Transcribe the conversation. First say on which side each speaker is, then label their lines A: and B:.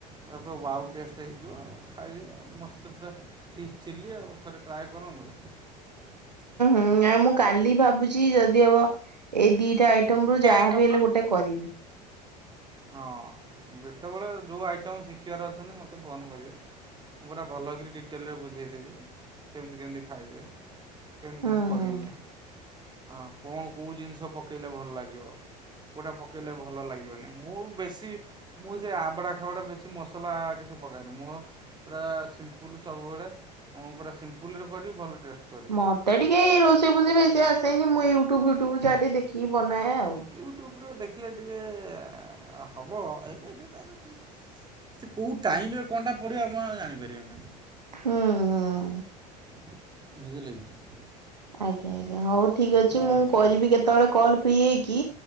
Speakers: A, on the right; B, on the right.
A: ତାପଉ ୱାଓ ଟେଷ୍ଟ ହେଇଯିବ ଆଉ ଖାଇବେ ଆଉ ମସ୍ତ ପୁରା। ଫିସ୍ ଚିଲ୍ଲି ଆଉ ଥରେ ଟ୍ରାଏ କରୁନ୍ତୁ। <inaudible>
B: ହୁଁ ଆ ମୁଁ କାଲି ଭାବୁଛି ଯଦି ହବ ଏଇ ଦିଟା ଆଇଟମ ରୁ ଯାହାବି
A: ଆଇଟମରୁ
B: ହେଲେ ଗୋଟେ କରିବି।
A: ହଁ ଯେତେବେଳେ ଯୋଉ ଆଇଟମ୍ ଶିଖିବାର ଅଛନ୍ତି ମୋତେ ଫୋନ କରିବେ। ମୁଁ ଗୋଟେ ଭଲକରି ଡିଟେଲରେ ବୁଝେଇଦେବି କେମିତି କେମିତି ଖାଇବେ? କେମିତି
B: ହୁଁ
A: କେମତି କରିବେ?
B: ହୁଁ
A: ହଁ କଣ କୋଉ ଜିନିଷ ପକେଇଲେ ଭଲ ଲାଗିବ କୋଉଟା ପକେଇଲେ ଭଲ ଲାଗିବନି? ମୁଁ ବେଶୀ ମୁଁ ସେ ଆବଡ଼ା ଖାବୁଡ଼ା ବେଶୀ ମସଲା କିଛି ପକାଏନି ମୁ ପୁରା ସିମ୍ପୁଲ ସବୁବେଳେ ମୁଁ ପୁରା ସିମ୍ପୁଲ୍ ରେ କରିବି ଭଲ। ଟେଷ୍ଟ କରିବି
B: ମତେ ଟିକେ ଏ ରୋଷେଇ ଫୋସେଇ ବେଶି ଆସେନ ମୁଁ ୟୁଟ୍ୟୁବ ୟୁଟୁବୁ ଯାହା ଟିକେ ଦେଖିକି ବନା ନାଇ ଆଉ।
A: ୟୁଟ୍ୟୁବ୍ରୁ ଦେଖିଲେ ଟିକେ ହବ <unintelligible> ସେ କୋଉ ଟାଇମ ରେ କଣ ଟା ପଡ଼େ ଆପଣ ଆଉ ଜାଣିପାରିବେନି।
B: ହୁଁ ଉଁ।
A: ବୁଝିଲେକି।
B: ଆଜ୍ଞା ଆଜ୍ଞା ହଉ ଠିକ ଅଛି
A: ହଉ
B: ମୁଁ
A: ହଉ
B: କରିବି କେତେବେଳେ କଲ ଫ୍ରି ହେଇକି।